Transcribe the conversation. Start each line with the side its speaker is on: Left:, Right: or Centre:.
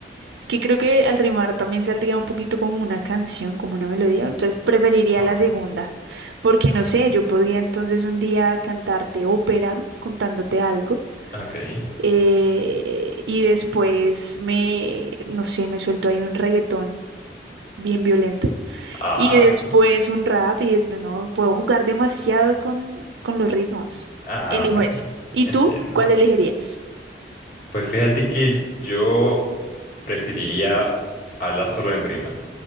Right: es que creo que al rimar también saldría un poquito como una canción, como una melodía, entonces preferiría
Left: Ah,
Right: la segunda, porque no sé, yo podría entonces un día cantarte ópera contándote algo.
Left: Ok.
Right: eh, y después me, no sé, me suelto ahí un reggaetón bien violento.
Left: Ah,
Right: Y después
Left: ok.
Right: un rap y después, no, puedo jugar demasiado con, con los ritmos.
Left: Ah,
Right: Elijo
Left: ok.
Right: eso. ¿Y
Left: Entiendo.
Right: tú? ¿Cuál elegirías?
Left: Pues fíjate que yo preferiría hablar solo en rima.